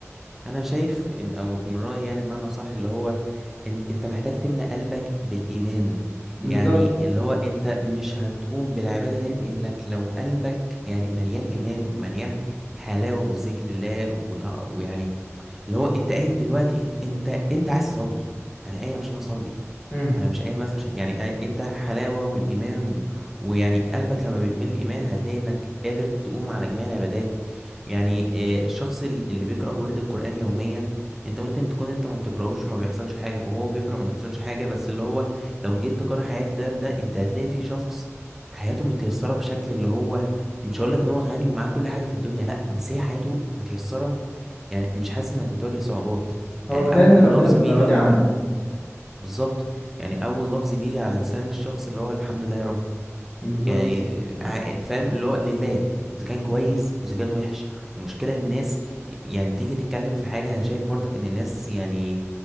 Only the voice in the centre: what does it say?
انا شايف ان او من رايي يعني بمعنى صح اللي هو انت انت محتاج تملأ قلبك بالايمان
يعني اللي هو انت مش هتقوم بالعباده ديت الا لك لو قلبك يعني مليان ايمان ومليان حلاوه بالذكر الله وتع- ويعني اللي هو انت قايم دلوقتي انت انت انت عايز تصلي انا قايم عشان اصلي
انا مش قايم مثلا عشان يعني آ- انت حلاوه والايمان و... ويعني قلبك لما بيتملي الايمان هتلاقي انك قادر تقوم على جميع العبادات يعني آه، الشخص ال- اللي بيقرأ ورد القرآن يوميا انت ممكن تكون انت ما بتقرأهوش ما بيحصلش حاجة وهو بيقرأ ما بيحصلش حاجة بس اللي هو لو جيت تقارن حياة بده بده انت هتلاقي في شخص حياته متيسرة بشكل اللي هو مش هقول لك ان هو غني ومعاه كل حاجة في الدنيا لا بس هي حياته متيسرة يعني مش حاسس انك بتواجه صعوبات
يعني
اول
لفظ
بيجي
بالظبط يعني اول لفظ بيجي على لسان الشخص اللي هو الحمد لله يا رب
يعني
ع- فاهم اللي هو لله اذا كان كويس واذا كان وحش ومشكلة الناس يعني تيجي تتكلم في حاجة انا شايف برضك ان الناس يعني